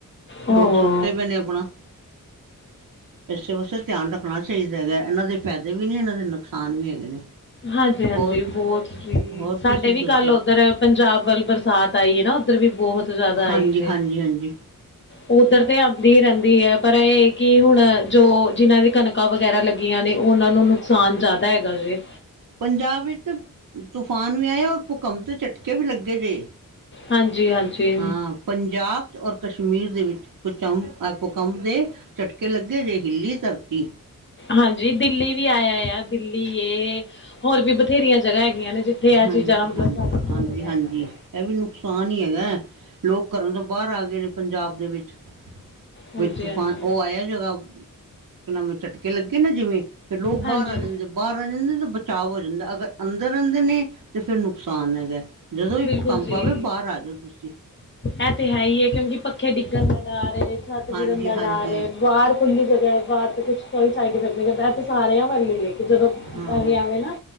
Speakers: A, on the left; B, on the right.
A: ਓਹੋ
B: ਲੋਕ ਸੁ ਸੁੱਤੇ ਪਏ ਨੇ ਆਪਣਾ, ਇਸੇ ਵਾਸਤੇ ਧਿਆਨ ਰੱਖਣਾ ਚਾਹੀਦਾ ਹੈਗਾ ਇਹਨਾਂ ਦੇ ਫਾਇਦੇ ਵੀ ਨੇ ਇਹਨਾਂ ਦੇ ਨੁਕਸਾਨ ਵੀ ਹੈਗੇ ਨੇ।
A: ਹਾਂਜੀ-ਹਾਂਜੀ
B: ਹੋਰ
A: ਬਹੁਤ ਜੀ
B: ਹੋਰ
A: ਸਾਡੇ
B: ਤੁਸੀਂ
A: ਵੀ
B: ਦੱਸੋ
A: ਕੱਲ ਉੱਧਰ ਪੰਜਾਬ ਵੱਲ ਬਰਸਾਤ ਆਈ ਏ ਨਾ ਉੱਧਰ ਵੀ ਬਹੁਤ ਜ਼ਿਆਦਾ ਆਈ
B: ਹਾਂਜੀ
A: ਜੇ
B: ਹਾਂਜੀ ਹਾਂਜੀ।
A: ਉੱਧਰ ਤੇ ਆਂਦੀ ਰਹਿੰਦੀ ਏ ਪਰ ਐ ਹੈ ਕਿ ਹੁਣ ਜੋ ਜਿਹਨਾਂ ਦੀ ਕਣਕਾਂ ਵਗੈਰਾ ਲੱਗੀ ਗੀਆਂ ਨੇ ਉਹਨਾਂ ਨੂੰ ਨੁਕਸਾਨ ਜ਼ਿਆਦਾ ਹੈਗਾ ਜੇ।
B: ਪੰਜਾਬ ਵਿੱਚ, ਤੂਫਾਨ ਵੀ ਆਏ ਔਰ ਭੁਕੰਪ ਦੇ ਝਟਕੇ ਵੀ ਲੱਗੇ ਜੇ।
A: ਹਾਂਜੀ-ਹਾਂਜੀ
B: ਹਾਂ ਪੰਜਾਬ ਔਰ ਕਸ਼ਮੀਰ ਦੇ ਵਿੱਚ, ਕੁਚੰ ਭੂਕੰਪ ਦੇ ਝਟਕੇ ਲੱਗੇ ਜੇ ਹਿੱਲੀ ਧਰਤੀ।
A: ਹਾਂਜੀ ਦਿੱਲੀ ਵੀ ਆਇਆ ਆ ਦਿੱਲੀ ਇਹ ਹੋਰ ਵੀ ਬਥੇਰੀਆਂ ਜਗ੍ਹਾ ਹੈਗੀਆਂ ਨੇ ਜਿੱਥੇ ਇਹ
B: ਹਾਂਜੀ
A: ਚੀਜ਼ਾਂ ਦਾ ਮਤਲਬ
B: ਹਾਂਜੀ
A: ਜ਼ਿਆਦਾ
B: ਹਾਂਜੀ
A: ਹੋ ਰਿਹਾ
B: ਹਾਂਜੀ
A: ਹੈਗਾ ਤੇ।
B: ਇਹ ਵੀ ਨੁਕਸਾਨ ਹੀ ਹੈਗਾ। ਲੋਕ ਘਰਾਂ ਤੋਂ ਬਾਹਰ ਆ ਗਏ ਨੇ ਪੰਜਾਬ ਦੇ ਵਿੱਚ।
A: ਹਾਂਜੀ-ਹਾਂਜੀ,
B: ਵਿੱਚ ਤੂਫਾਨ ਉਹ ਆਇਆ ਜਰਾ, ਨਵੇਂ ਝਟਕੇ ਲੱਗੇ ਨਾ ਜਿਵੇਂ- ਫਿਰ ਲੋਕ
A: ਹਾਂਜੀ
B: ਬਾਹਰ ਆ
A: ਹਾਂਜੀ
B: ਜਾਂਦੇ ਬਾਹਰ ਆ ਜਾਂਦੇ ਤੇ ਬਚਾਅ ਹੋ ਜਾਂਦਾ ਅਗਰ ਅੰਦਰ-ਅੰਦਰ ਨੇ ਤੇ ਫਿਰ ਨੁਕਸਾਨ ਹੈਗਾ, ਜਦੋਂ ਵੀ
A: ਬਿਲਕੁਲ
B: ਭੁਕੰਪ
A: ਜੀ।
B: ਆਵੇ ਬਾਹਰ ਆ ਜਾਓ ਤੁਸੀਂ।
A: ਇਹ ਤੇ ਹੈ ਈ ਐ ਕਿਉਂਕਿ ਪੱਖੇ ਡਿੱਗਣ ਦਾ ਡਰ ਏ, ਛੱਤ ਗਿਰਨ
B: ਹਾਂਜੀ
A: ਦਾ
B: ਹਾਂਜੀ
A: ਡਰ ਏ ਬਾਹਰ ਖੁੱਲੀ ਜਗ੍ਹਾ ਏ ਬਾਹਰ ਤਾਂ ਕੁਛ ਸਾਈਡ ਇਫੈਕਟ ਨਹੀਂ ਕਰਦਾ ਇਹ ਤਾਂ ਸਾਰਿਆਂ ਵੱਲ ਈ ਏ ਕਿ ਜਦੋਂ
B: ਹਾਂ
A: ਪ ਆਵੇਂ ਨਾ